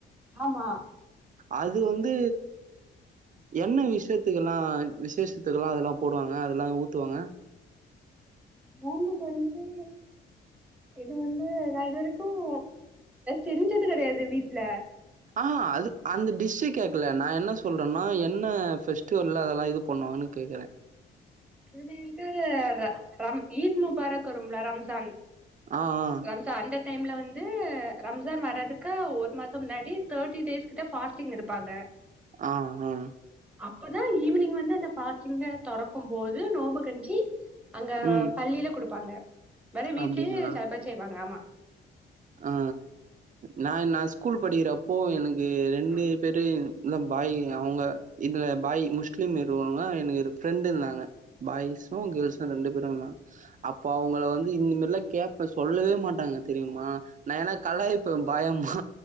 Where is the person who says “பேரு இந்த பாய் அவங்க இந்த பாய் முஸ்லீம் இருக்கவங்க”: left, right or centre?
Right